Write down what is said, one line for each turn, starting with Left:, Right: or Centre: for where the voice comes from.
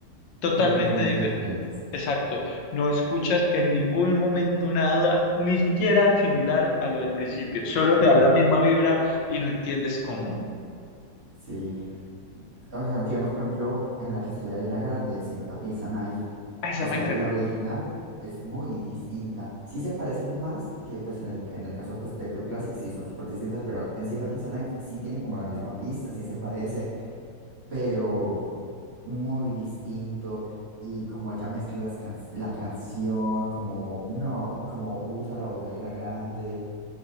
Left: totalmente
Right: Completamente
Left: diferentes.
Right: diferentes.
Left: Exacto, no escuchas en ningún momento nada, ni siquiera similar a lo del principio, solo
Right: Ujú.
Left: te da la misma vibra y no entiendes cómo.
Right: Sí, o sea, digamos, por ejemplo, en la que sale Ariana Grande, Sympathy is a Knife,
Left: Ah, esa
Right: o sea,
Left: me encanta.
Right: la original es muy distinta. Sí se parecen más que, pues, en el, en el caso, pues, de Club Classic, sí son súper distintas, pero en Sympathy is a Knife sí tiene como la misma pista, sí se parece, pero muy distinto. Y como ella mezcla las can- la canción, como, no, como usa la voz de Ariana Grande,